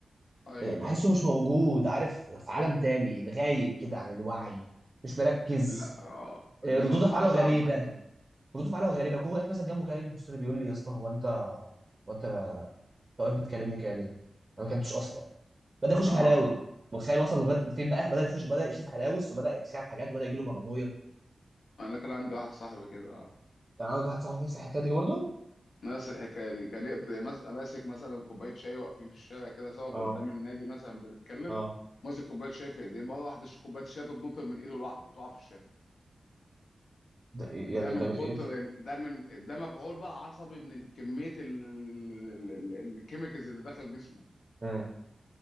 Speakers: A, on the left; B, on the right.
A: ايوه
B: إيه، بحسه
A: ايوه
B: مش موجود عارف في عالم تاني غايب كده عن الوعي مش مركز
A: لا اه
B: آه،
A: دي
B: ردود
A: مرحله
B: افعاله
A: صعبه
B: غريبه
A: قوي
B: ردود افعاله غريبه هو واقف مثلا جنبه كده ليه بيبص لي بيقول لي يا اسطى هو انت هو انت أنت واقف بتكلمني كده ليه؟ انا ما كلمتش اصلا بدا يخش
A: اه
B: في هلاوس
A: اه.
B: متخيل وصل لغايه فين بقى بدا يخش بدا يشوف هلاوس وبدا يتخيل حاجات وبدا يجي له بارانويا
A: انا كان عندي واحد صاحبي كده اه
B: كان عندك واحد صاحبك نفس الحكايه دي برضه
A: نفس الحكايه دي كان يقدر ماس- ماسك مثلا كوبايه شاي واقفين في الشارع كده سوا في
B: اه
A: قدام النادي مثلا بنتكلم
B: اه
A: ماسك كوبايه شاي في ايديه مره واحده كوبايه الشاي تتنطر من ايده لوحده وتقع في الشارع
B: ده إيه
A: ده
B: يعني
A: من
B: ده إيه؟
A: كتر ال- ده من ده مفعول بقى عصبي من كميه الكيميكالز اللي داخل جسمه
B: مم.